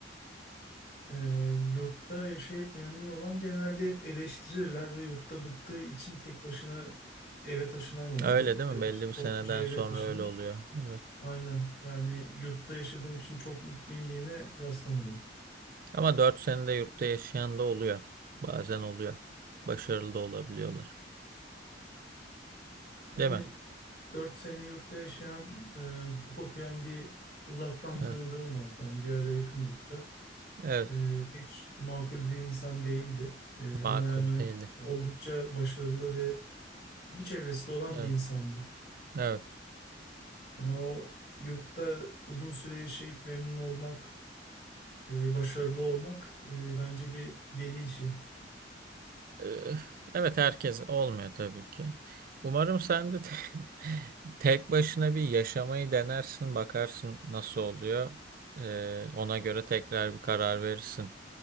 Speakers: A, on the left; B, on the right.
A: E, yurtta yaşayıp memnun olan genelde hep eleştirirler ve yurtta bıktığı için tek başına eve taşınan oldu.
B: Öyle değil
A: Ya
B: mi? Belli
A: da işte
B: bir
A: topluca
B: seneden
A: eve
B: sonra
A: taşınır.
B: öyle oluyor. Evet.
A: Aynen yani yurtta yaşadığım için çok mutluyum diyene rastlamadım.
B: Ama 4 senede yurtta yaşayan da oluyor. Bazen oluyor. Başarılı da olabiliyorlar.
A: Hani
B: Değil mi?
A: 4 sene yurtta yaşayan, e, hukuk okuyan bir uzaktan tanıdığım
B: Evet.
A: vardı. Yani bir ara yakındık da.
B: Evet.
A: Ee, pek makul bir insan değildi. Ee, ama
B: Makul
A: yani
B: değildi.
A: oldukça başarılı ve bir çevresi de olan
B: Evet.
A: bir insandı.
B: Evet.
A: Yani o yurtta uzun süre yaşayıp memnun olmak e, ve başarılı olmak e, bence bir deli işi.
B: Ee, Evet herkes olmuyor tabii ki. Umarım sen de te- <laughs> tek başına bir yaşamayı denersin, bakarsın nasıl oluyor. Ee, ona göre tekrar bir karar verirsin.